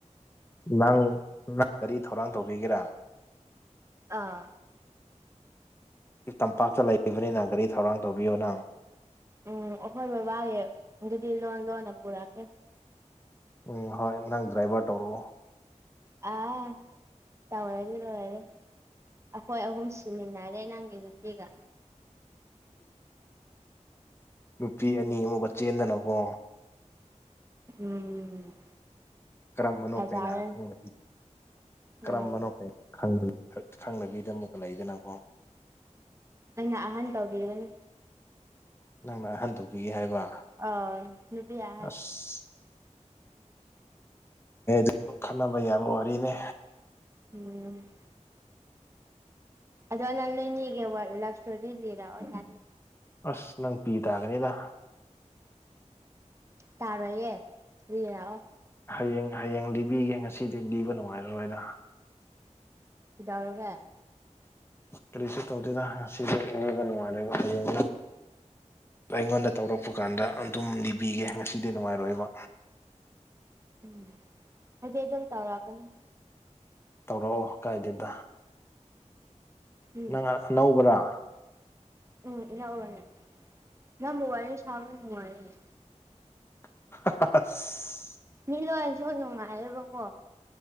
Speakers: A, on the left (about 20°); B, on the right (about 20°).
A: ꯅꯪ ꯀꯔꯤ ꯊꯧꯔꯥꯡ ꯇꯧꯕꯤꯒꯦꯔꯥ
B: ꯑꯥ
A: ꯇꯝꯄꯥꯛꯇ ꯂꯩꯕꯅꯤꯅ ꯒꯥꯔꯤ ꯊꯧꯔꯥꯡ ꯇꯧꯕꯤꯌꯣꯅ
B: ꯎꯝ ꯑꯩꯈꯣꯏ ꯕꯕꯥꯒꯤ ꯑꯗꯨꯗꯤ ꯂꯣꯟ ꯂꯣꯟꯅ ꯄꯨꯔꯛꯀꯦ
A: ꯎꯝ ꯍꯣꯏ ꯅꯪ ꯗ꯭ꯔꯥꯏꯚꯔ ꯇꯧꯔꯛꯑꯣ
B: ꯑꯥ ꯇꯧꯔꯒ‌ꯦ ꯇꯧꯔꯒ‌ꯦ ꯑꯩꯈꯣꯏ ꯑꯍꯨꯝ ꯁꯤꯃꯤꯟꯅꯔꯦ ꯅꯪꯒꯤ ꯅꯨꯄꯤꯒ
A: ꯅꯨꯄꯤ ꯑꯅꯤ ꯑꯃꯀꯥ ꯆꯦꯟꯗꯅꯀꯣ
B: ꯎꯝ
A: ꯀꯔꯝꯕꯅꯣ
B: ꯐꯖꯔꯅꯤ
A: ꯀꯩꯅ ꯈꯪꯗꯕꯤ ꯀꯔꯝꯕꯅꯣ
B: ꯍꯣꯏ
A: ꯀꯩ ꯈꯪ ꯈꯪꯗꯕꯤꯗ ꯑꯃꯨꯛꯀ ꯂꯩꯗꯅꯀꯣ
B: ꯅꯪꯅ ꯑꯍꯟ ꯇꯧꯕꯤꯒꯅꯤ
A: ꯅꯪꯅ ꯍꯟꯗꯣꯛꯄꯤꯒꯦ ꯍꯥꯏꯕ
B: <unintelligible>
A: ꯑꯁ ꯑꯦ ꯑꯗꯨ ꯈꯟꯅꯕ ꯌꯥꯕ ꯋꯥꯔꯤꯅꯦ
B: ꯎꯝ ꯑꯗ ꯅꯅꯅꯤꯒ ꯂꯚ ꯁꯇꯣꯔꯤ ꯏꯗꯔ ꯅ
A: ꯑꯁ ꯅꯪ ꯄꯤ ꯇꯥꯒꯅꯤꯗ
B: ꯇꯥꯔꯣꯏꯌꯦꯦ ꯂꯩꯔꯥꯛꯑꯣ
A: ꯍꯌꯦꯡ ꯍꯌꯦꯡ ꯂꯤꯕꯤꯒꯦ ꯉꯁꯤꯗꯤ ꯂꯤꯕ ꯅꯨꯡꯉꯥꯏꯔꯔꯣꯏꯗ
B: ꯏꯗꯎꯔꯒ
A: ꯀꯔꯤꯁꯨ ꯇꯧꯗꯦꯗ ꯉꯁꯤꯁꯦꯕ ꯅꯨꯡꯉꯥꯏꯔ ꯍꯌꯦꯡ ꯑꯩꯉꯣꯟꯗ ꯇꯧꯔꯛꯄ ꯀꯥꯟꯗ ꯑꯗꯨꯝ ꯂꯤꯕꯤꯒꯦ ꯉꯁꯤꯗꯤ ꯅꯨꯡꯉꯥꯏꯔꯣꯏꯕ
B: ꯎꯝ ꯍꯥꯏꯗꯤ ꯑꯗꯨꯝ ꯇꯧꯔꯛꯀꯅꯤ
A: ꯇꯧꯔꯛꯑꯣ ꯀꯥꯏꯗꯦꯗ
B: ꯎꯝ
A: ꯅꯪ ꯑꯅꯧꯕꯔꯥ
B: ꯎꯝ ꯌꯥꯎ ꯋꯥꯅꯦ ꯅꯪꯒ ꯋꯥꯔꯤ ꯁꯥꯕ ꯅꯨꯡꯉꯥꯏꯅꯦ
A: <unintelligible>
B: ꯃꯤ ꯂꯣꯏꯔꯁꯨ ꯅꯨꯡꯉꯥꯏꯌꯦꯕꯀꯣ